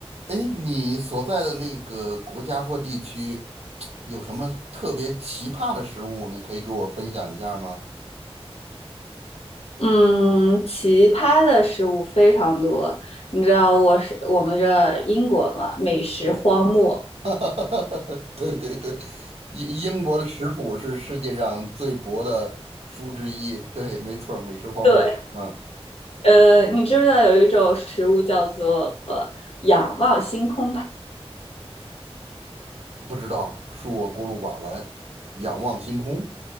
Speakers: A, on the right (about 75°); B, on the left (about 65°).
A: 哎，你所在的那个国家或地区有什么特别奇葩的食物？你可以给我分享一下吗？
B: 嗯，奇葩的食物非常多。你知道我是我们这英国嘛，美食荒漠。
A: 嗯，<laughs> 对对对，英英国的食谱是世界上最薄的书之一。对，没错儿美食荒漠。
B: 对，
A: 嗯，
B: 呃，你知不知道有一种食物叫做呃仰望星空派？
A: 不知道，恕我孤陋寡闻，仰望星空，